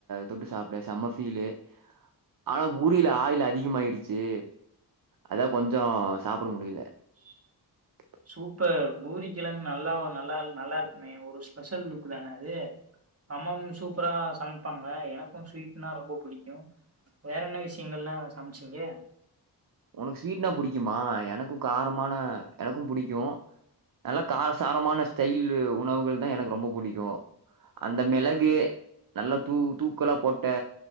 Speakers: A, on the right; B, on the right.
A: தொட்டு சாப்ட்டே செம்ம ஃபீலு ஆனா பூரியில ஆயில் அதிகமாயிருச்சு அதா கொஞ்சோ சாப்ட முடியல <inaudible>
B: சூப்பர் பூரி கெழங்கு நல்லாவ நல்லா நல்லா இருக்குமே ஒரு ஸ்பெஷல் லுக் தான அது அம்மம் சூப்பரா சமைப்பாங்க எனக்கு ஸ்வீட்னா ரொம்ப பிடிக்கு வேற என்ன விஷயங்கள்லா சமைச்சீங்க
A: உனக்கு ஸ்வீட்னா புடிக்குமா எனக்கு காரமான எனக்கும் புடிக்கு நல்லா காரசாரமான ஸ்டைல் உணவுகள் தா எனக்கு ரொம்ப புடிக்கு அந்த
B: ம்
A: மெளகு நல்லா தூ தூக்கலா போட்டே